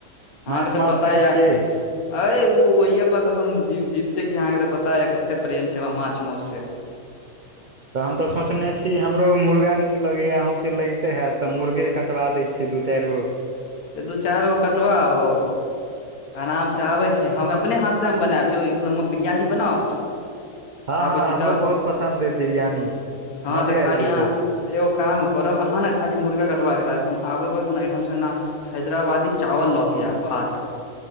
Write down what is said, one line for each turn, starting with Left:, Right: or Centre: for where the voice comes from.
Left: अहाँके
Right: माछ
Left: तऽ
Right: मासु
Left: पता
Right: खाइ
Left: यऽ।
Right: छियै
Left: ऐ उ ओहि परऽ हम जी जीवते छी, अहाँके त पता य कतै प्रेम छै, हमरा माछ मोस से।
Right: तऽ हम तऽ सोचने छी, हमरो मुर्गा नीक लगैया, अहूँके लगिते हयत, तऽ मुर्गे कटवा दै छी दू चारी गो।
Left: दू चारी गो कटबा ओ। आरामसँ आबै छी, हम अपने हाथसँ हम बनाबियौ, एक नम्बर बिरयानी बनाउ?
Right: हाँ-हाँ
Left: आबै छी
Right: हमरो
Left: तऽ
Right: बहुत पसन्द अइ बिरयानी
Left: हँ
Right: मजे
Left: तऽ खाली
Right: एब जेतै।
Left: अहाँ एगो काम करब अहाँ न खाली मुर्गा कटवा क राखब हम आबे वक्त नाइट हम स ना हैदराबादी चावल ल के ऐब भात